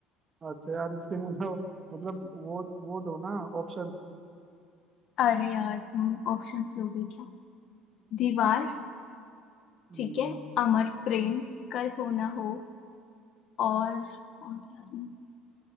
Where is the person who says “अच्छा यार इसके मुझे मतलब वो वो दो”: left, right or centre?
Right